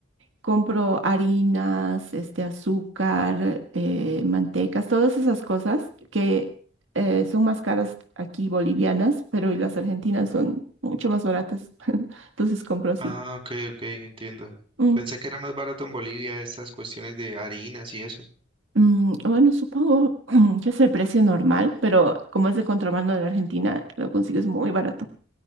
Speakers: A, on the right; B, on the right.
A: compro harinas, este, azúcar, eh, mantecas, todas esas cosas que eh, son más caras aquí bolivianas, pero y las argentinas son mucho más baratas. <laughs> Entonces compro así.
B: Ah, ok, ok, entiendo.
A: Mm,
B: Pensé que era más barato en Bolivia estas cuestiones de harinas y eso.
A: mm, bueno, supongo <clears throat> que es el precio normal, pero como es de contrabando de Argentina, lo consigues muy barato.